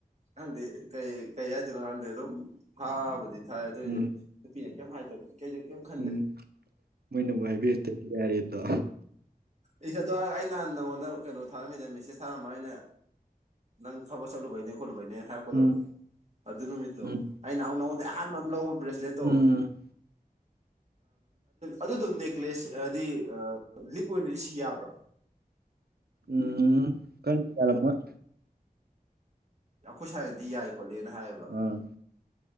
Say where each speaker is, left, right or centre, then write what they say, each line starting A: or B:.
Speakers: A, on the right (about 45°); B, on the right (about 80°).
A: ꯀꯗꯤ ꯀꯩ ꯀꯩ ꯑꯖꯅ ꯀꯗ ꯑꯗꯨ ꯍꯥꯥꯎ ꯊ ꯑꯗꯨꯣꯏꯁꯨ
B: ꯎꯝ
A: ꯅꯨꯄꯤꯅ ꯀꯩꯝ ꯍꯥꯏꯗꯧꯒ ꯀꯩꯁꯨ ꯀꯩꯝ ꯈꯟꯗꯦ
B: ꯎꯝ ꯃꯣꯏꯅꯕꯨ ꯍꯥꯏꯕꯤꯔꯛꯇꯗꯤ ꯌꯥꯔꯤꯦ ꯑꯗꯣ
A: ꯎ ꯑꯗꯨꯗꯥꯛ ꯑꯩ ꯅꯍꯥꯟ ꯅꯉꯣꯟꯗ ꯀꯩꯅꯣ ꯊꯥꯔꯝꯃꯤꯗ ꯃꯦꯁꯦꯖ ꯊꯥꯔꯝꯃ ꯑꯩꯅ ꯅꯪ ꯊꯕ ꯆꯥꯂ ꯥꯏꯅꯤ ꯈꯣꯂꯥꯏ ꯍꯥꯏꯔꯛꯄꯗꯣ
B: ꯎꯝ
A: ꯑꯗꯨ ꯅꯨꯃꯤꯠꯇꯣ
B: ꯎꯝ
A: ꯑꯩꯅ ꯅꯍꯥꯟꯃꯨꯛ ꯅꯉꯣꯟꯗꯩ ꯑꯍꯥꯟꯕ ꯑꯃ ꯂꯧꯕ ꯕ꯭ꯔꯦꯁꯂꯦꯠꯇꯣ
B: ꯎꯝ
A: ꯑꯗꯨꯗꯣ ꯅꯦꯛꯀ꯭ꯂꯦꯁ ꯍꯥꯏꯗꯤ ꯂꯤꯛ ꯑꯣꯏꯅꯗꯤ ꯁꯤ ꯌꯥꯕ꯭ꯔꯣ
B: ꯎꯝ ꯈꯪꯗꯦ ꯌꯥꯔꯝꯃꯣꯏ
A: ꯑꯩꯈꯣꯏ ꯁꯥꯏꯅꯗꯤ ꯌꯥꯏ ꯈꯣꯠꯂꯦꯅ ꯍꯥꯏꯌꯦꯕ
B: ꯑꯥ